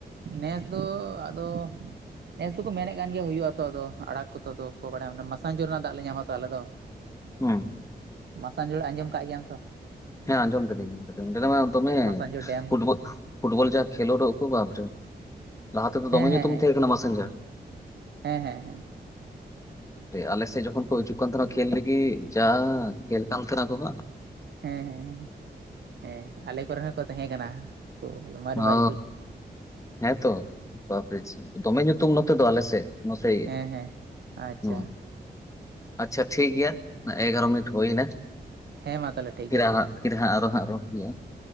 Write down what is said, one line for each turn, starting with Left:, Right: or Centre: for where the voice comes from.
Right: ᱱᱮᱥ ᱫᱚ ᱟᱫᱚᱼᱼ ᱱᱮᱥ ᱫᱚᱠᱚ ᱢᱮᱱᱮᱫ ᱠᱟᱱ ᱜᱮᱭᱟ ᱦᱩᱭᱩᱜᱼᱟ ᱛᱚ ᱟᱫᱚ ᱟᱲᱟᱜ ᱠᱚᱛ ᱫᱚ ᱠᱚ ᱵᱟᱲᱟᱭᱟ ᱢᱟᱥᱟᱝ ᱡᱳᱨ ᱨᱮᱱᱟᱜ ᱫᱟᱜ ᱞᱮ ᱧᱟᱢᱟ ᱛᱚ ᱟᱞᱮ ᱫᱚ᱾ <unintelligible>
Left: ᱦᱩᱸ
Right: ᱢᱟᱥᱟᱝ ᱡᱳᱲ ᱟᱸᱡᱚᱢ ᱟᱠᱟᱫ ᱜᱮᱭᱟᱢ ᱛᱚ?
Left: ᱦᱮᱸ ᱟᱸᱡᱚᱢ ᱠᱟᱹᱫᱤᱧ ᱚᱸᱰᱮ ᱢᱟ ᱫᱚᱢᱮ
Right: ᱦᱮᱸ ᱢᱟᱥᱟᱱᱡᱷᱳ ᱰᱮᱢ
Left: ᱯᱷᱩᱴ ᱵᱚᱞᱼᱼ ᱯᱷᱩᱴᱵᱚᱞ ᱡᱟ ᱠᱷᱮᱞᱚᱜ ᱨᱮ ᱡᱟ ᱩᱯᱚᱵᱷᱟᱵ ᱞᱟᱦᱟ ᱛᱮᱫᱚ
Right: ᱦᱮᱸ
Left: ᱫᱚᱢᱮ ᱧᱩᱛᱩᱢ
Right: ᱦᱮᱸ
Left: ᱛᱟᱦᱮᱸ ᱠᱟᱱᱟ ᱢᱟᱥᱮᱝ ᱡᱟᱨ
Right: ᱦᱮᱸ ᱦᱮᱸ ᱦᱮᱸ
Left: ᱟᱞᱮ ᱥᱮᱫ ᱡᱚᱠᱷᱚᱱ ᱠᱚ ᱦᱤᱡᱩᱜ ᱠᱟᱱ ᱛᱟᱦᱮ ᱱᱟ ᱠᱷᱮᱹᱞ ᱞᱟᱹᱜᱤᱫ ᱡᱟ ᱠᱷᱮᱹᱞ ᱠᱟᱱ ᱛᱟᱦᱮᱱᱟᱠᱚ ᱵᱟ
Right: ᱦᱮᱸ ᱦᱮᱸ ᱦᱮᱸ ᱟᱞᱮ ᱠᱚᱨᱮᱱ ᱦᱚᱸᱠᱚ ᱛᱟᱦᱮᱸ ᱠᱟᱱᱟ ᱠᱚ ᱢᱟᱨᱮ
Left: ᱚ
Right: ᱢᱟᱨᱮ ᱠᱩᱡ
Left: ᱦᱮᱸᱛᱚ ᱵᱟᱯᱤᱡ ᱫᱚᱢᱮ ᱧᱩᱛᱩᱢ ᱱᱚ ᱛᱮ ᱫᱚ ᱟᱞᱮ ᱥᱮᱫ ᱱᱚᱛᱮ ᱜᱮ
Right: ᱦᱮᱸ ᱦᱮᱸ ᱟᱪᱪᱷᱟ
Left: ᱦᱚ ᱟᱪᱪᱷᱟ ᱴᱷᱤᱠ ᱜᱮᱭᱟ ᱮᱜᱟᱨᱚ ᱢᱤᱱᱤᱴ ᱦᱩᱭ ᱱᱟ
Right: ᱦᱮᱸ ᱢᱟ ᱛᱟᱦᱚᱞᱮ ᱴᱷᱤᱠ
Left: ᱯᱷᱤᱨ
Right: ᱜᱮᱭᱟ
Left: ᱟᱨ ᱯᱷᱤᱨ ᱦᱟᱸᱜ ᱟᱨᱚ ᱦᱟᱸᱜ ᱨᱚᱲ ᱦᱩᱭᱩᱜᱼᱟ